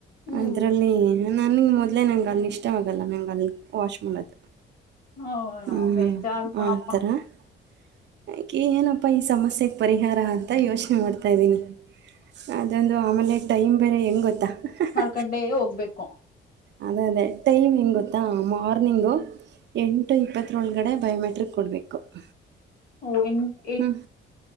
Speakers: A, on the left (about 45°); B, on the right (about 60°).
A: ಹ್ಮ್
B: ಅದರಲ್ಲಿ ನನಗೆ ಮೊದ್ಲೇ! ನಂಗೆ ಅಲ್ಲಿ ಇಷ್ಟವಾಗಲ್ಲ ನಂಗೆ ಅಲ್ಲಿ ವಾಶ್ ಮಾಡೋದು. <inaudible>
A: ಹ
B: ಹ್ಮ್
A: ಬೇಜಾರು
B: ಹ
A: ಕಣಪ್ಪಾ
B: ಆ ಆಥರ? <inaudible> ಹಾಕಿ ಏನಪ್ಪಾ ಈ ಸಮಸ್ಯೆಗೆ ಪರಿಹಾರ ಅಂತ ಯೋಚನೆ ಮಾಡ್ತಾ ಇದ್ದೀನಿ. <inaudible> ಅದೊಂದು ಆಮೇಲೆ ಟೈಮ್ ಬೇರೆ ಹೆಂಗ್ ಗೊತ್ತಾ ಹ್ಹಾ.. <unintelligible>
A: ಖಂಡಯ್ಯ ಹೋಗ್ಬೇಕು. <inaudible>
B: ಅದೇ ಅದೇ ಟೈಮ್ ಏನು ಗೊತ್ತಾ ಮಾರ್ನಿಂಗು? <inaudible> ಎಂಟು ಇಪ್ಪತ್ತರೊಳಗಡೆ ಬಯೋಮೆಟ್ರಿಕ್ ಕೊಡಬೇಕು. <inaudible>
A: ವೈನ್. <inaudible>
B: ಹ್ಮ್